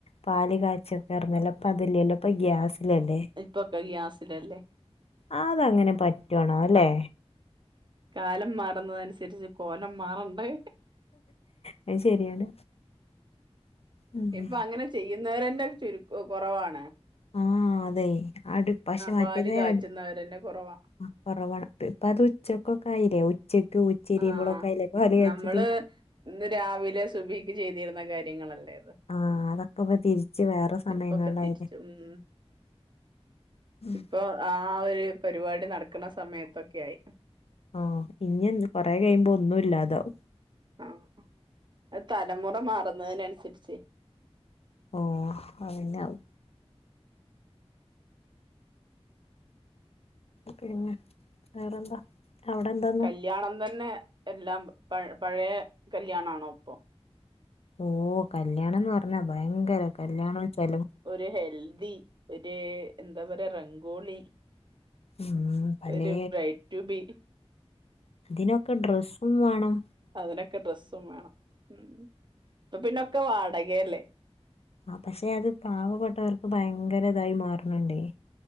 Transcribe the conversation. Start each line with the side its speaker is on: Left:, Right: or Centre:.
Left: പാല്കാച്ചാന്ന് പറഞ്ഞാല് അപ്പ അതില്ലല്ലോ ഇപ്പൊ ഗ്യാസിലല്ലേ.
Right: ഇപ്പൊക്കെ ഗ്യാസിലാല്ലേ
Left: ആതങ്ങനെ പറ്റാണോ അല്ലെ
Right: കാലംമാറുന്നത് അനുസരിച്ച് കോലം മാറണ്ടേ
Left: അത് ശരിയാണ്. ഉം.
Right: ഇപ്പൊ അങ്ങനെ ചെയ്യുന്നവരന്നേ ചുര് കൊറവാണ്.
Left: ആഹ് അതെ അട് പശെ മറ്റേത്
Right: പാല് കാച്ചുന്നവരന്നെ
Left: അടു
Right: കുറവാ
Left: ആഹ് കൊറവാണ് ഇപ്പത് ഉച്ചക്കൊക്ക ആയില്ലേ ഉച്ചക്ക് ഉച്ചരിയുമ്പോഴൊക്കെ
Right: ആഹ്
Left: ആയില്ലേ പാല് കാച്ചില്
Right: നമ്മള് ഇന്ന് രാവിലെ സുഭിക്ക് ചെയ്തിരുന്ന കാര്യങ്ങളല്ലേ അത്
Left: ആഹ് അതൊക്കെപ്പ തിരിച്ച് വേറെ സമയങ്ങളിലായിലേ.
Right: ഇപ്പൊക്കെ തിരിച്ചു ഉം
Left: ഉം.
Right: ഇപ്പൊ ആഹ് ഒര് പരിപാടി നടക്ക്ണേ സമയത്തൊക്കെ ആയി
Left: ആഹ് ഇനിയെന്ത്‌ കൊറെ കയിമ്പോ ഒന്നും ഇല്ലാതാവും.
Right: ആഹ് അത് തലമുറ മാറുന്നതിനനുസരിച്ച്
Left: ഓഹ് അതെന്നാവും. പിന്നെ വേറെന്താ അവിടെന്താ
Right: കല്യാണംതെന്നെ എല്ലാം പ പഴയ കല്ല്യാണാണോ ഇപ്പൊ?
Left: ഓഹ് കല്യാണംന്ന് പറഞ്ഞാ ഭയങ്കര കല്യാണം ചെലവ്
Right: ഒര് ഹെൽദി ഒര് എന്താ പറയാ റംഗോളി
Left: ഉം പലേ
Right: ഒര് ബ്രെയിഡ് ടു ബി
Left: തിനൊക്കെ ഡ്രസ്സും വാണം.
Right: അതിനൊക്കെ ഡ്രസ്സും വേണം ഉം ഇപ്പൊ പിന്നൊക്കെ വാടകയല്ലേ
Left: ആഹ് പക്ഷെ അത് പാവപ്പെട്ടവർക്ക് ഭയങ്കര ഇതായി മാറ്ണണ്ടേയ്